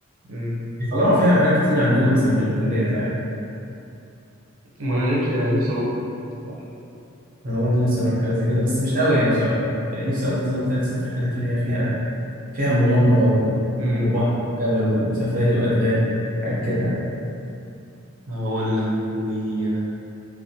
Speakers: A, on the right; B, on the right.
A: مم.
B: بيطلعوا فيها رحلات كتير عندنا مثلا من الكليه فعلا
A: ما انا نفسي انا نفسي اروح صح
B: انا برضه نفسي اروح حاجه زي كده بس مش قوي يعني بصراحه يعني نفسي اكتر زي ما قلت لك اسافر الحاجات اللي هي فيها فيها مغامره بقى و...
A: امم
B: وبحر جبل وسفاري وادغال حاجات كده
A: هقول لك وي...